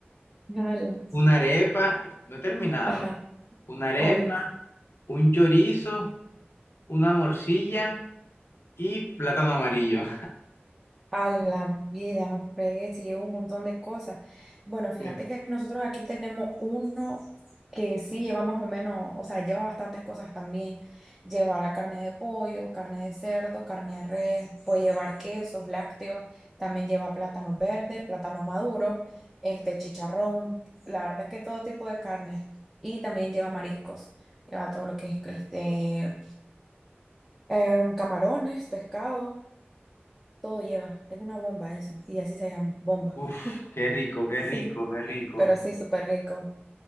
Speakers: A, in the centre; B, on the left (about 75°).
A: <laughs> Nada.
B: una arepa, no he terminado,
A: Ajá.
B: una arepa,
A: hoy.
B: un chorizo, una morcilla y plátano amarillo.
A: A la vida, nos fregué, sí, lleva un montón de cosas. Bueno, fíjate
B: <laughs>
A: que nosotros aquí tenemos uno que sí lleva más o menos, o sea, lleva bastantes cosas también. Lleva la carne de pollo, carne de cerdo, carne de res, puede llevar quesos, lácteos, también lleva plátanos verdes, plátanos maduros, este chicharrón, la verdad es que todo tipo de carne. Y también lleva mariscos, lleva todo lo que es este, em, camarones, pescado. Todo lleva, es una bomba eso, ¿no? y así se llama, bomba.
B: Uf,
A: <laughs>
B: qué rico, qué
A: Sí,
B: rico, qué rico.
A: pero sí, súper rico.